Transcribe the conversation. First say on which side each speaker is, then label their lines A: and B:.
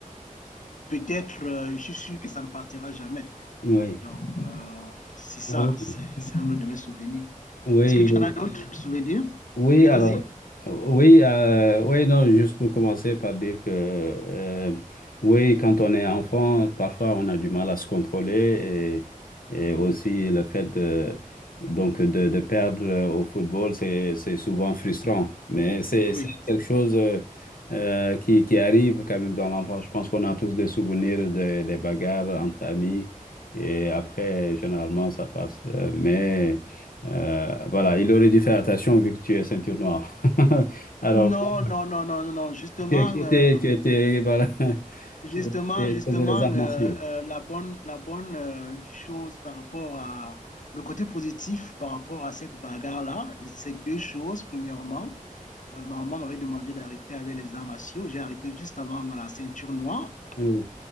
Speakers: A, on the left; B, on the left.
A: peut-être, euh, je suis sûr que ça ne partira jamais.
B: oui.
A: Donc, euh, c'est ça,
B: Ah oui.
A: c'est c'est un de mes souvenirs.
B: Oui,
A: Est-ce que
B: oui,
A: tu en as d'autres souvenirs?
B: Oui,
A: Oui,
B: alors,
A: vas-y.
B: euh, oui, euh, oui, non, juste pour commencer par dire que, euh, oui, quand on est enfant, parfois on a du mal à se contrôler et, et aussi le fait de, donc de, de perdre euh, au football, c'est, c'est souvent frustrant. Mais c'est,
A: Oui.
B: c'est quelque chose euh, euh, qui, qui arrive quand même dans l'enfance. Je pense qu'on a tous des souvenirs de- des bagarres entre amis et après, généralement, ça passe. Euh, mais. Euh, voilà, il aurait dû faire attention vu que tu es ceinture noire. <laughs> Alors,
A: Non,
B: bon,
A: non, non, non, non, non. Justement,
B: tu étais,
A: euh,
B: tu étais, voilà, <laughs>
A: justement,
B: tu tu
A: justement,
B: faisais les arts
A: euh,
B: martiaux.
A: euh, la bonne, la bonne euh, chose par rapport à le côté positif par rapport à cette bagarre-là, c'est deux choses. Premièrement, euh, ma maman m'avait demandé d'arrêter avec les arts martiaux. J'ai arrêté juste avant la ceinture noire.
B: Oui.